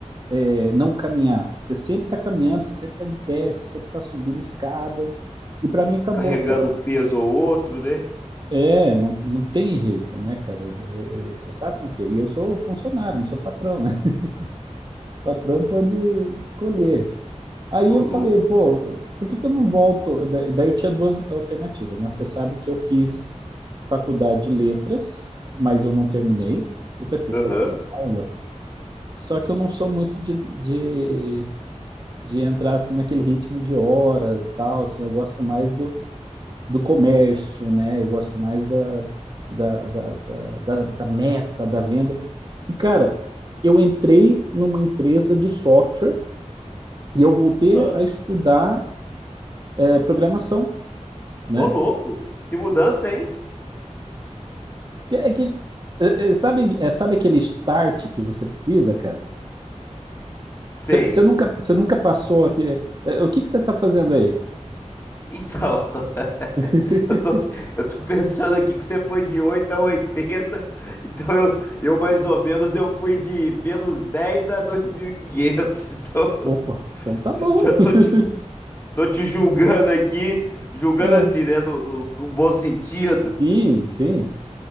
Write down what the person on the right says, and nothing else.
é, não caminhar. Você sempre está caminhando, você sempre está de pé, você sempre está subindo escada. E para mim acabou,
cara.
É, não, não tem jeito, né, cara? É, você sabe como é que é. E eu sou funcionário, não sou patrão, né? <laughs> O patrão pode escolher. Aí
eu
falei, pô,
por que que eu não volto? Da- Daí eu tinha duas alternativas, né? Você sabe que eu fiz faculdade de letras, mas eu não terminei. Eu pensei,
será que dá aula? Só que eu não sou muito de, de, de entrar assim naquele ritmo de horas, tal, assim, eu gosto mais do, do comércio, né? Eu gosto mais da, da, da, da, da da meta, da venda. E, cara, eu entrei numa empresa de software e eu voltei
a estudar é programação, né?
Que- É que, é- é- sabe, é, sabe aquele start que você precisa, cara?
Você nunca, você nunca passou aqui. é, é, O que que você está fazendo aí?
<laughs>
Opa, então tá
bom.
<laughs>
Ah,
sim, sim.